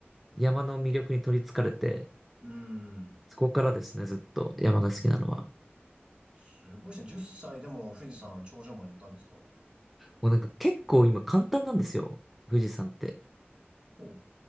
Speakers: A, in the centre; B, on the right.
A: 山の魅力に取り憑かれて、
B: ーん。
A: そこからですね、ずっと山が好きなのは。
B: すごいですね。10歳でも富士山頂上まで行ったんですか
A: もうなんか結構今簡単なんですよ、富士山って。
B: ほ